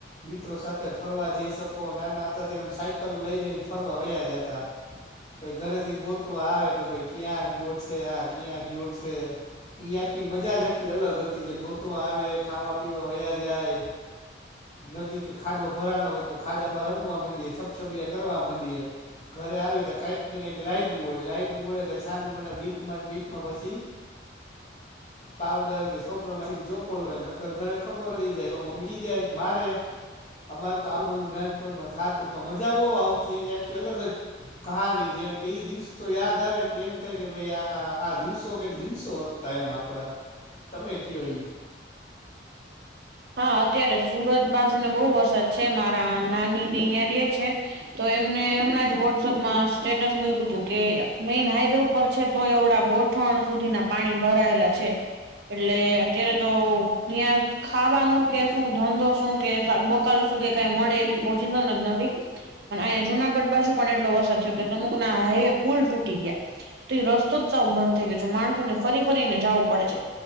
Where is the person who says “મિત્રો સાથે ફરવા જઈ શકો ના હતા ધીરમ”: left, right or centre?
Left